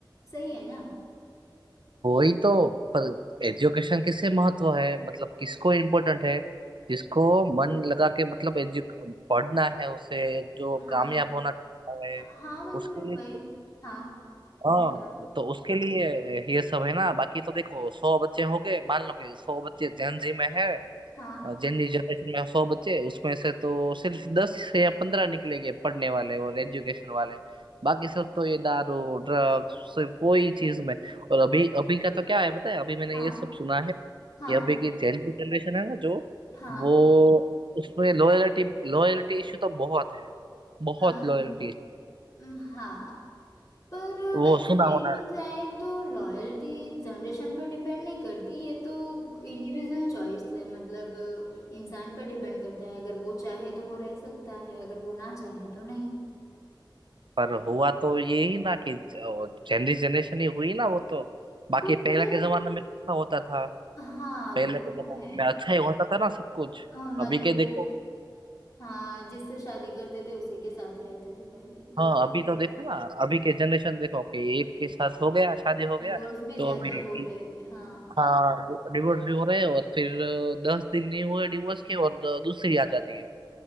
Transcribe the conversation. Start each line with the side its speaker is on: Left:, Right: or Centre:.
Left: सही है ना
Right: वही तो पर एजुकेशन किसे महत्व है मतलब किसको इम्पोर्टेंट है जिसको मन लगा के मतलब एजु पढ़ना है उसे जो
Left: हाँ
Right: कामयाब होना चाहता है
Left: हाँ मतलब
Right: उसके
Left: मैं
Right: लिए
Left: वही हाँ
Right: हाँ
Left: बताओ
Right: तो उसके लिए ये सब है ना बाकी तो देखो सौ बच्चे हो गए मान लो कि सौ बच्चे जेन जी में है
Left: हाँ
Right: जेन जी जनरेशन में सौ बच्चे उसमें से तो सिर्फ दस या पंद्रह निकलेंगे पढ़ने वाले और एजुकेशन वाले बाकी सब तो ये दारू ड्रग्स सिर्फ वो ही चीज में और अभी अभी का तो क्या है पता है अभी मैंने
Left: हाँ
Right: ये सब सुना है
Left: हाँ
Right: कि अभी की जेन जी जनरेशन है ना जो
Left: हाँ
Right: वो उसमें लॉयलिटी लॉयलिटी इश्यू तो बहुत है बहुत
Left: अम,
Right: लॉयलिटी
Left: अम, हाँ पर
Right: वो
Left: वैसे
Right: सुना
Left: देखने
Right: होना
Left: जाए तो लॉयल्टी जनरेशन पर डिपेंड नहीं करती ये तो इंडिविजुअल चॉइस है मतलब अ, इंसान पर डिपेंड करता है अगर वो चाहे तो वो रह सकता है अगर वो ना चाहे तो नहीं
Right: पर हुआ तो यही ना कि जनरी जनरेशन ही हुई ना वो तो बाकी
Left: पर मतलब
Right: पहले के जमाने में अच्छा होता था
Left: हाँ
Right: पहले
Left: वो
Right: के जमाने
Left: है
Right: में अच्छा ही होता था ना सब कुछ
Left: हाँ मतलब
Right: अभी के देखो
Left: वो हाँ जिससे शादी करते थे उसी के साथ रहते थे पहले
Right: हाँ
Left: ये तो
Right: अभी
Left: सही
Right: तो देखो
Left: है
Right: ना अभी के जनरेशन देखो कि एक के साथ हो गया शादी हो गया
Left: डिवोर्स भी
Right: तो
Left: ज्यादा
Right: अभी
Left: हो रहे हैं हाँ
Right: हाँ डिवोर्स भी हो रहे हैं और फिर अ, दस दिन नहीं हुए डिवोर्स के और द- दूसरी आ जाती है